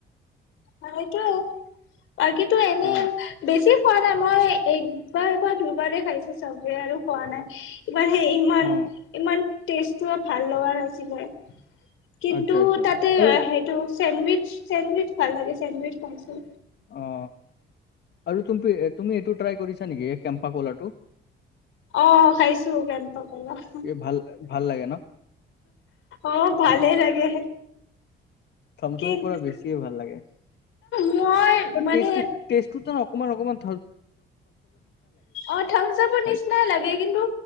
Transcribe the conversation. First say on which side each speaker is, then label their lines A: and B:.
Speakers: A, on the left; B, on the left.
A: সেইটো বাকীটো এনেই
B: অ
A: বেছি খোৱা নাই মই একবাৰ বা দুবাৰে খাইছে চবৱে আৰু খোৱা নাই ইমান সে ইমান
B: অ
A: ইমান। টেষ্টটো ভাল লগা নাছিলে কিন্তু
B: আচ্ছা আচ্ছা
A: তাতে
B: আৰু
A: সেইটো চেণ্ডইচ চেণ্ডুইচ ভাল লাগে চেণ্ডুইচ খাইছো৷
B: অ আৰু তুমি-তুমি এইটো ট্ৰাই কৰিছা নেকি এই কেম্পা কলাটো?
A: অ খাইছো কেম্পত৷
B: এই ভাল ভাল লাগে ন
A: অ ভালেই লাগে
B: থমথম
A: কিন্তু
B: <unintelligible> পৰা বেছিয়ে ভাল লাগে। টেষ্টটো-টেষ্টটো
A: মই মানে
B: তাৰ অকমান-অকমান
A: অ থাম্চাবৰ
B: হয়
A: নিচিনাই লাগে কিন্তু